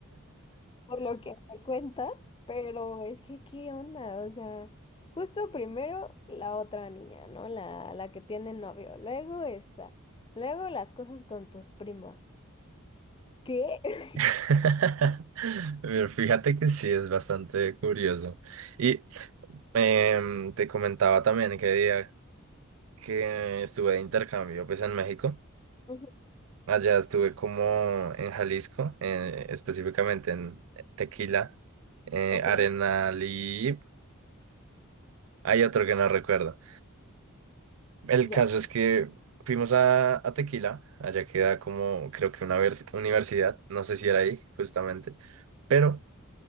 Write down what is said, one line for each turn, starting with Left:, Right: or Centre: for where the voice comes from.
Left: por lo que me cuentas, pero es que, ¿qué onda? O sea, justo primero la otra niña, ¿no? La, la que tiene novio, luego esta, luego las cosas con tus primos. ¿Qué? <laughs>
Right: <laughs> Pero Fíjate que sí, es bastante curioso. Y em, te comentaba también que día que estuve de intercambio, pues en México.
Left: Ujú,
Right: Allá estuve como en Jalisco, eh, específicamente en Tequila, eh,
Left: Ok,
Right: Arenal y hay otro que no recuerdo. El
Left: ya,
Right: caso es que fuimos a, a Tequila, allá queda como creo que una vers- universidad, no sé si era ahí justamente, pero